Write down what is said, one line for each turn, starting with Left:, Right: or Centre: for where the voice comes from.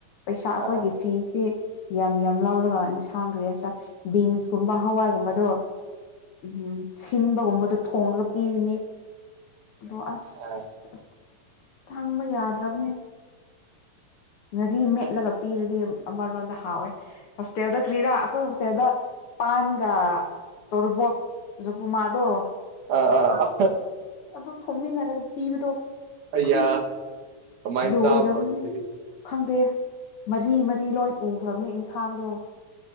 Left: ꯄꯩꯁꯥ ꯑꯩꯈꯣꯏꯒꯤ
Right: ꯑꯥ
Left: ꯐꯤꯁꯇꯤ ꯌꯥꯝ ꯌꯥꯝ ꯂꯧꯔꯒ ꯌꯦꯟꯁꯥꯡ ꯀꯔꯤ ꯍꯥꯏꯁꯤꯔ ꯕꯤꯟꯁꯀꯨꯝꯕ ꯍꯋꯥꯏꯒꯨꯝꯕꯗꯣ ꯎꯝ ꯁꯤꯟꯕꯒꯨꯝꯕꯗꯣ ꯊꯣꯡꯂꯒ ꯄꯤꯒꯅꯤ ꯑꯗꯣ ꯑꯁ
Right: ꯑꯥ
Left: ꯆꯪꯕ ꯌꯥꯗ꯭ꯔꯕꯅꯦ ꯉꯥꯔꯤ ꯃꯦꯠꯂꯒ ꯄꯤꯔꯗꯤ ꯑꯃꯔꯣꯝꯗ ꯍꯥꯎꯋꯦ ꯍꯣꯁꯇꯦꯜꯗ ꯀ꯭ꯔꯤꯔꯥ ꯑꯩꯈꯣꯏ ꯎꯆꯁꯦꯗ ꯄꯥꯟꯒ ꯇꯣꯔꯕꯣꯛ ꯖꯄꯃꯥꯗꯣ
Right: ꯑꯥ ꯑꯥ
Left: ꯑꯗꯨ ꯊꯣꯡꯃꯤꯟꯅꯔꯒ ꯄꯤꯕꯗꯣ
Right: ꯑꯌꯥ
Left: ꯑꯜꯂ
Right: ꯀꯃꯥꯏꯅ
Left: ꯂꯣꯏꯔꯕꯅꯦ
Right: ꯆꯥꯕ꯭ꯔꯣ ꯑꯗꯨꯗꯤ
Left: ꯈꯪꯗꯦ ꯃꯔꯤ ꯃꯔꯤ ꯂꯣꯏ ꯎꯈ꯭ꯔꯕꯅꯤ ꯏꯟꯁꯥꯡꯗꯣ